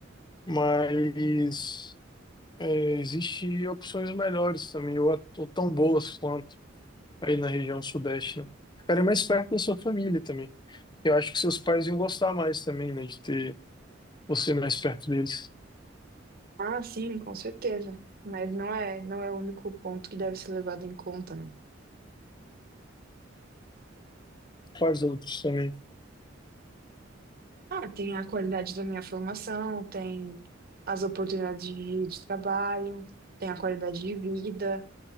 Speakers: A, on the left; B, on the right.
A: mas É, existe opções melhores também, ou, a- ou tão boas quanto aí na região sudeste, né? Ficaria mais perto da sua família também. Eu acho que seus pais iam gostar mais também, né, de ter você mais perto deles.
B: Ah, sim, com certeza. Mas não é, não é o único ponto que deve ser levado em conta, né?
A: Quais outros também?
B: Ah, tem a qualidade da minha formação, tem as oportunidades de, de trabalho, tem a qualidade de vida,